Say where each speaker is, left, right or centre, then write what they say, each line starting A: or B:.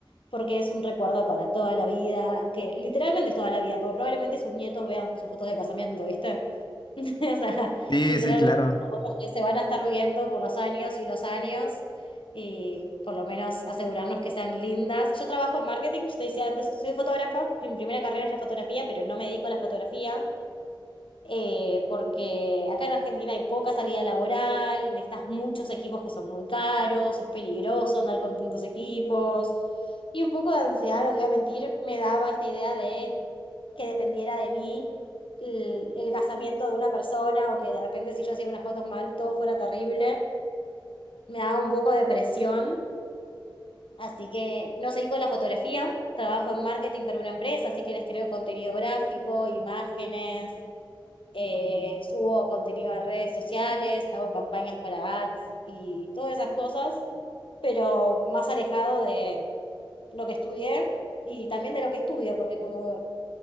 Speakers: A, on the left; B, on the left.
A: porque es un recuerdo para toda la vida, que literalmente es toda la vida, porque probablemente sus nietos vean sus fotos de casamiento, ¿viste? <laughs> O sea,
B: Sí,
A: literalmente
B: sí, claro.
A: son fotos que se van a estar viendo por los años y los años y por lo menos asegurarnos que sean lindas. Yo trabajo en marketing, yo te decía antes, soy fotógrafa, mi primera carrera es la fotografía, pero no me dedico a la fotografía eh, porque acá en Argentina hay poca salida laboral, necesitas muchos equipos que son muy caros, es peligroso andar con tantos equipos. Y un poco de ansiedad, no te voy a mentir, me daba esta idea de que dependiera de mí el, el casamiento de una persona o que de repente si yo hacía unas fotos mal todo fuera terrible. Me daba un poco de presión. Así que no seguí con la fotografía, trabajo en marketing para una empresa, así que les creo contenido gráfico, imágenes, eh, subo contenido a redes sociales, hago campañas para ads y todas esas cosas, pero más alejado de lo que estudié y también de lo que estudio, porque como